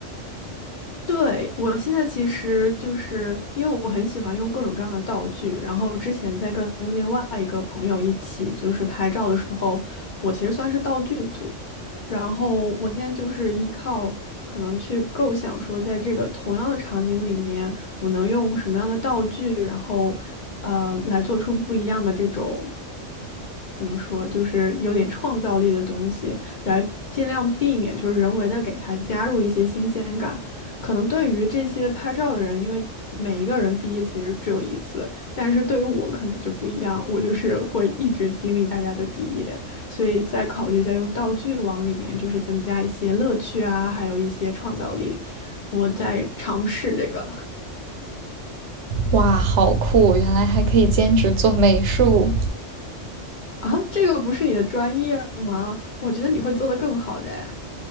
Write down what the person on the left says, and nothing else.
对，我现在其实就是因为我很喜欢用各种各样的道具，然后之前在跟另外一个朋友一起就是拍照的时候，我其实算是道具组，然后我现在就是依靠可能去构想说，在这个同样的场景里面，我能用什么样的道具，然后呃来做出不一样的这种怎么说，就是有点创造力的东西，来尽量避免就是人为的给它加入一些新鲜感。可能对于这些拍照的人，因为每一个人毕业其实只有一次，但是对于我可能就不一样，我就是会一直经历大家的毕业，所以在考虑在用道具往里面就是增加一些乐趣啊，还有一些创造力。我在尝试这个
啊，这个不是你的专业吗？我觉得你会做得更好的